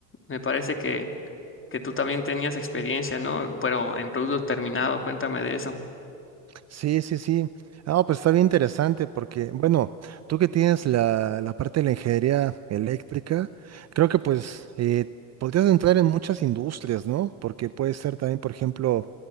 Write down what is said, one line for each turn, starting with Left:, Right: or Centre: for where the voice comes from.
Left: me parece que, que tú también tenías experiencia, ¿no? Pero en producto terminado, cuéntame de eso.
Right: Sí, sí, sí. Ah, pues está bien interesante porque, bueno, tú que tienes la, la parte de la ingeniería eléctrica, creo que pues eh, podrías entrar en muchas industrias, ¿no? Porque puede ser también, por ejemplo,